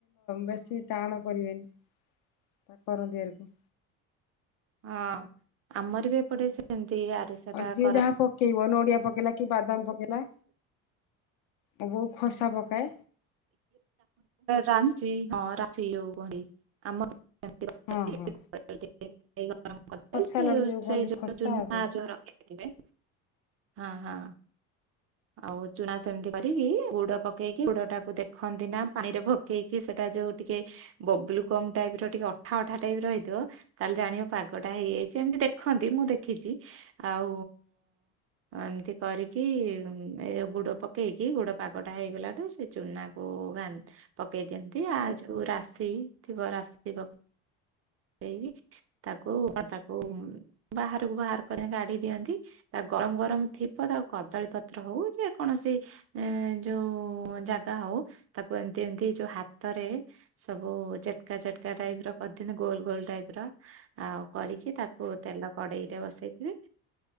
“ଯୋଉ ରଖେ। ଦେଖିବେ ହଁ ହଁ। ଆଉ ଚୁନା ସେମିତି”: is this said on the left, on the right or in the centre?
Right